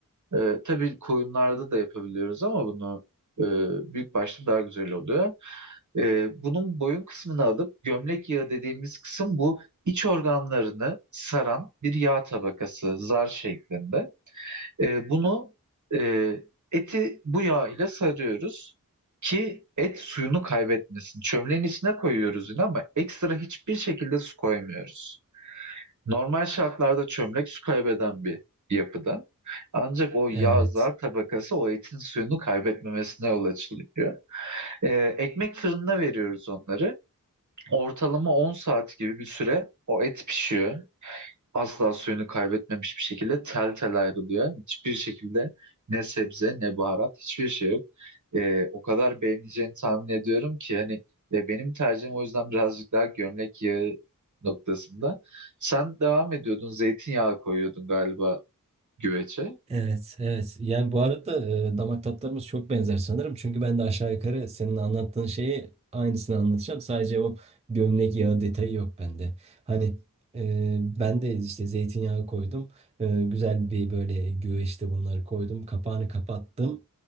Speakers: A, on the right; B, on the right.
A: E, tabii koyunlarda da yapabiliyoruz ama bunu e, büyük başta daha güzel oluyor. E, bunun boyun kısmını alıp gömlek yağı dediğimiz kısım bu iç organlarını saran bir yağ tabakası zar şeklinde. E, bunu e, eti bu yağ ile sarıyoruz ki et suyunu kaybetmesin. Çömleğin içine koyuyoruz yine ama ekstra hiçbir şekilde su koymuyoruz. Normal şartlarda çömlek su kaybeden bir yapıda. Ancak o yağ
B: Evet.
A: zar tabakası o etin suyunu kaybetmemesine yol açılıyor. Ee, ekmek fırınına veriyoruz onları. Ortalama 10 saat gibi bir süre o et pişiyor asla suyunu kaybetmemiş bir şekilde tel tel ayrılıyor. Hiçbir şekilde ne sebze ne baharat hiçbir şey yok. Ee, o kadar beğeneceğini tahmin ediyorum ki hani ve benim tercihim o yüzden birazcık daha gömlek yağı noktasında. Sen devam ediyordun zeytinyağı koyuyordun galiba güveçe.
B: Evet, evet. Yani bu arada e, damak tatlarımız çok benzer sanırım. Çünkü ben de aşağı yukarı senin anlattığın şeyi aynısını anlatacağım. Sadece o gömlek yağı detayı yok bende. Hani e, ben de işte zeytinyağı koydum. E, güzel bir böyle güveçte bunları koydum. Kapağını kapattım.